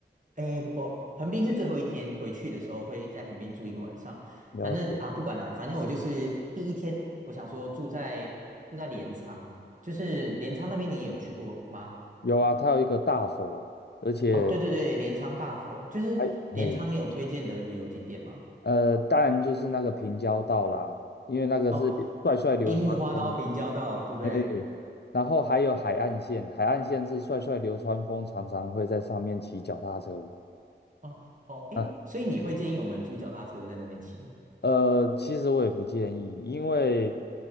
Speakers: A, on the right; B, on the left.
A: 诶，我横滨是最后一天回去的时候会在横滨住一个晚上，
B: 了解，
A: 反正啊不管了，反正我就是第一天，我想说住在住在镰仓，就是镰仓那边你也有去过吗？
B: 有啊，它有一个大佛，而且
A: 哦，对对对，镰仓大佛，就是镰仓，
B: 还嘿，
A: 你有推荐的旅游景点吗？
B: 呃，当然就是那个平交道啦，因为那个是帅帅流川枫，
A: 哦，樱木花道、平交道，对不对？
B: 哎，然后还有海岸线，海岸线是帅帅流川枫常常会在上面骑脚踏车。
A: 哦哦，诶，
B: 啊，
A: 所以你会建议我们租脚踏车在那边骑？
B: 呃，其实我也不建议，因为